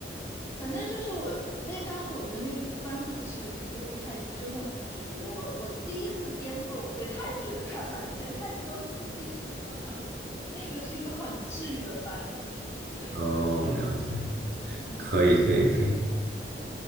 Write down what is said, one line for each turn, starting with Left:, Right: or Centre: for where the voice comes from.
Left: 反正就是我那当时我觉得那部番很治愈，那部泰剧真的很治愈。我我第一次颠覆了我对泰剧的看法，以前泰剧都是撕逼剧嘛，然后那个是一个很治愈的番剧。对，
Right: 哦，了解，
Left: 嗯，
Right: 可以可以可以，